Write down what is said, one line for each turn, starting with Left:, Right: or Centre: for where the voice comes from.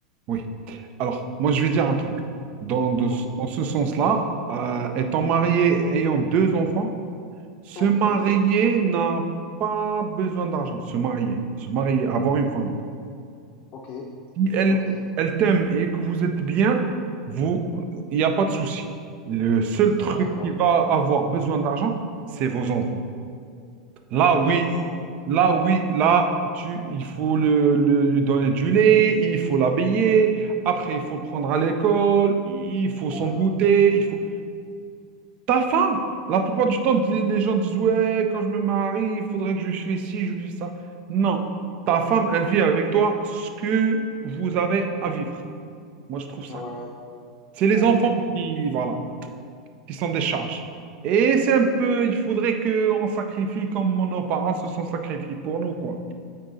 Right: oui. Alors, moi, je vais dire un truc. Dans, de-
Left: Ok,
Right: dans ce sens-là, euh, étant marié, ayant deux enfants, se
Left: ok,
Right: marier n'a pas besoin d'argent. Se marier, se marier, avoir une femme.
Left: ok,
Right: Si elle,
Left: ok.
Right: elle t'aime et que vous êtes bien, vous, il n'y a pas de souci. Le seul truc
Left: D'accord.
Right: qui va avoir besoin d'argent, c'est vos enfants. Là,
Left: Ouais,
Right: oui.
Left: c'est ça en fait.
Right: Là,
Left: Ouais,
Right: oui, là, tu, il faut le, le- lui donner du lait, il faut l'habiller, après, il faut le prendre à l'école, il faut
Left: ouais,
Right: son goûter, il faut... Ta femme, la plupart du temps, di- les gens disent, ouais, quand je me marie, il faudrait que je fasse ci, je fasse ça. Non, ta femme, elle vit avec toi ce que vous avez à vivre. Moi, je trouve ça.
Left: ouais,
Right: C'est les
Left: ouais,
Right: enfants qui, voilà, qui sont des charges. Et c'est un peu, il faudrait qu'on sacrifie comme nos parents se sont sacrifiés pour nous, quoi.